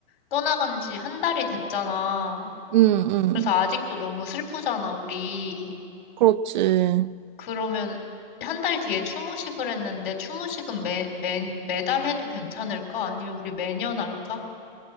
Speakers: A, on the left (about 60°); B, on the right (about 50°).
A: 떠나간 지 한 달이 됐잖아.
B: 응, 응.
A: 그래서 아직도 너무 슬프잖아, 우리.
B: 그렇지.
A: 그러면 한 달 뒤에 추모식을 했는데 추모식은 매, 매, 매달 해도 괜찮을까? 아니면 우리 매년 할까?